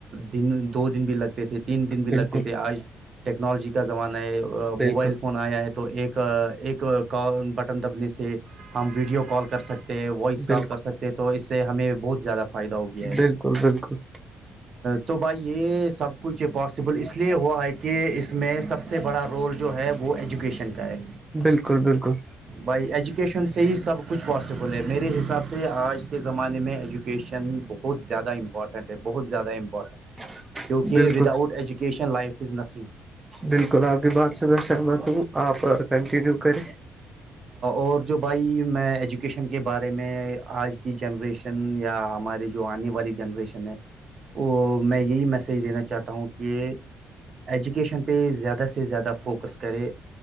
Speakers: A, on the right; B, on the right.
A: دن دو دن بھی لگ تھے تین دن بھی
B: بالکل
A: لگتے تھے آج ٹیکنالوجی کا زمانہ ہے موبائل
B: بالکل
A: فون آیا ہے تو تو ایک ایک بٹن دبنے سے ہم ویڈیو کال کر سکتے وائس کال
B: بالکل
A: کر سکتے ہیں تو اس سے ہمیں بہت زیادہ فائدہ ہو گیا ہے
B: بالکل بالکل
A: تو بھائی یہ سب کچھ پاسبل اس لیے ہوا ہے کہ اس میں سب سے بڑا رول جو ہے وہ ایجوکیشن کا ہے
B: بالکل بالکل
A: بھائی ایجوکیشن سے ہی سب کچھ پاسبل بولے میرے حساب سے آج کے زمانے میں ایجوکیشن بہت زیادہ امپارٹنٹ ہے بہت زیادہ امپورٹنٹ
B: <inaudible>
A: کیونکہ
B: بالکل
A: ود out education life is nothing
B: بالکل آپ کی بات سے میں سہمت ہوں آپ اور کنٹینیو کریں
A: اور جو بھائی میں ایجوکیشن کے بارے میں آج کی جنریشن یا ہمارے جو آنے والی جنریشن ہے وہ میں یہی میسج دینا چاہتا ہوں کہ ایجوکیشن پہ زیادہ سے زیادہ فوکس کرے